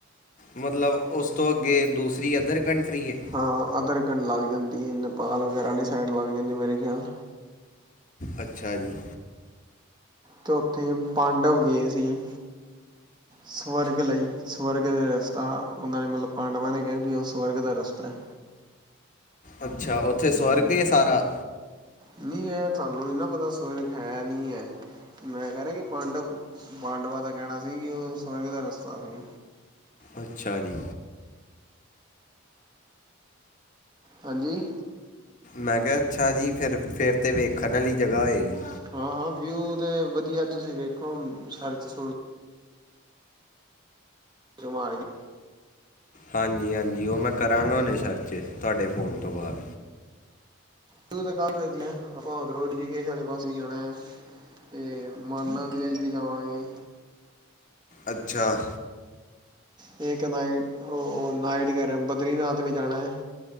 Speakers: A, on the left; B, on the right.
A: ਮਤਲਬ ਉਸ ਤੋਂ ਅੱਗੇ ਦੂਸਰੀ ਅਧਰ ਕੰਟਰੀ ਹੈ।
B: ਹ ਅਦਰ ਲੱਗ ਜਾਂਦੀ ਏ ਨੇਪਾਲ ਵਗੈਰਾ ਵਾਲੀ ਸਾਈਡ ਲੱਗ ਜਾਂਦੀ ਮੇਰੇ ਖਿਆਲ।
A: ਅੱਛਾ ਜੀ।
B: ਤੇ ਉੱਥੇ ਪਾਂਡਵ ਗਏ ਸੀ। ਸਵਰਗ ਲਈ, ਸਵਰਗ ਦੇ ਰਸਤਾ ਉਹਨਾਂ ਨੇ ਮਤਲਬ ਪਾਂਡਵਾਂ ਨੇ ਕਿਹਾ ਕਿ ਉਹ ਸਵਰਗ ਦਾ ਰਸਤਾ ਹੈ।
A: ਅੱਛਾ, ਉੱਥੇ ਸਵਰਗ ਹੀ ਸਾਰਾ
B: ਨੀ ਹੈ ਸਾਨੂੰ ਨੀ ਨਾ ਪਤਾ ਸਵਰਗ ਹੈ, ਨੀ ਹੈ ਮੈਂ ਕਹਿ ਰਿਹਾ ਕਿ ਪਾਂਡਵ ਪਾਡਵਾ ਦਾ ਕਹਿਣਾ ਸੀ ਕਿ ਉ ਸਵਰਗ ਦਾ ਰਸਤਾ ਸੀ।
A: ਅੱਛਾ ਜੀ।
B: ਹਾਂਜੀ।
A: ਮੈਂ ਕਿਹਾ ਅੱਛਾ ਜੀ, ਫਿਰ-ਫਿਰ ਤਾਂ ਵੇਖਣ ਵਾਲੀ ਜਗ੍ਹਾ ਹੋਏਗੀ।
B: ਹਾਂ-ਹਾਂ, ਵਿਊ ਤੇ ਵਧੀਆ ਤੁਸੀਂ ਵੇਖੋ ਸਰਚ-ਸੁਰਚ ਜਮਾਰ ਹੀ
A: ਹਾਂਜੀ-ਹਾਂਜੀ ਉ ਮੈਂ ਕਰਾਂਗਾ ਉਨੇ ਸਰਚ ਤੁਹਾਡੇ ਫ਼ੋਨ ਤੋਂ ਬਾਅਦ।
B: ਤੂ ਤਾ ਕੱਲ ਵੂਖਨਾ ਏ ਆਪਾ ਉਦਰੋ ਰਿਸ਼ੀਕੇਸ਼ ਵਾਲੇ ਪਾਸੇ ਵੀ ਆਣਾ। ਤੇ ਮਾਨਾ ਵਿਲੇਜ ਵੀ ਜਾਵਾਂਗੇ।
A: ਅੱਛਾ।
B: ਤੇ ਇੱਕ ਨਾਈਟ ਉ ਨਾਈਟ ਕਹਿ ਰਿਹਾ ਬਦਰੀਨਾਥ ਵੀ ਜਾਣਾ ਹੈ।